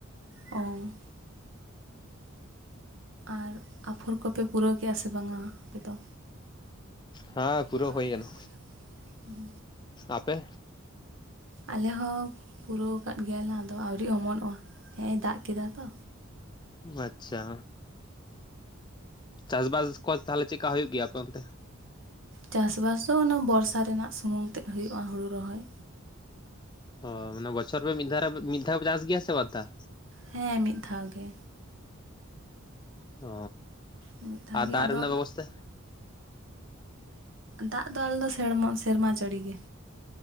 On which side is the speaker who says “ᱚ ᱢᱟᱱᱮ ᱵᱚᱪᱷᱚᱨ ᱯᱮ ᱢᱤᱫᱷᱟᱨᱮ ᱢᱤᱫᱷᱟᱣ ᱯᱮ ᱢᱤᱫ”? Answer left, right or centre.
Left